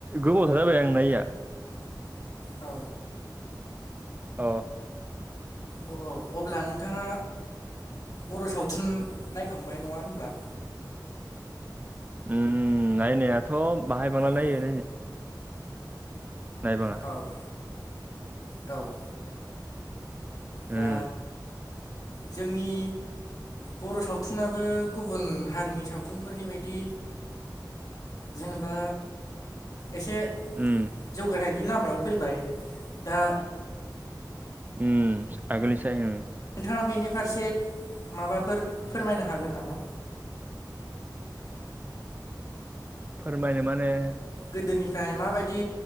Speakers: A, on the right; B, on the left.
A: गोबावथार जाबाय आं नायिया।
B: औ।
A: अ।
B: औ औ अब्ला नोंथाङा बर' सावथुन नायखांबाय नङा होनब्ला?
A: उम नायनायाथ' बाहाय बांला
B: औ
A: नायो नायबाङा
B: औ <inaudible> औ। दा
A: उम
B: <inaudible> जोंनि बर' सावथुनाबो गुबुन हारिनि सावथुनफोरनि बायदि जेनेबा एसे
A: उम।
B: जौगानायनि लामायाव फैबाय दा
A: उम आगोलनिसाय उम।
B: नोंथाङा बेनि फारसे माबाफोर फोरमायनो हागोन नामा?
A: फोरमायनो माने
B: गोदोनिफ्राय माबायदि